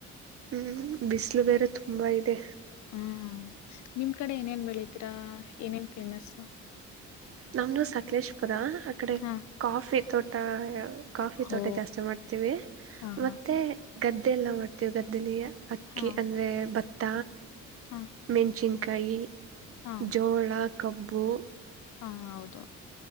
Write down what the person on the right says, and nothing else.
ಹ್ಮ್ ಬಿಸಿಲು ಬೇರೆ ತುಂಬಾ ಇದೆ.
ನಮ್ದ ಸಕಲೇಶ್ ಪುರ. ಆ ಕಡೆ
ಕಾಫಿ ತೋಟ ಕಾಫಿ
ತೋಟ ಜಾಸ್ತಿ ಮಾಡ್ತೀವಿ.
ಮತ್ತೆ. ಗದ್ದೆಲ್ಲ ಮಾಡ್ತೇವಿ ಗದ್ದೆಯಲ್ಲಿ ಅಕ್ಕಿ
ಅಂದ್ರೆ ಭತ್ತ,
ಮೆಣಚಿನ್ಕಿ ಕಾಯಿ
ಜೋಳ, ಕಬ್ಬು.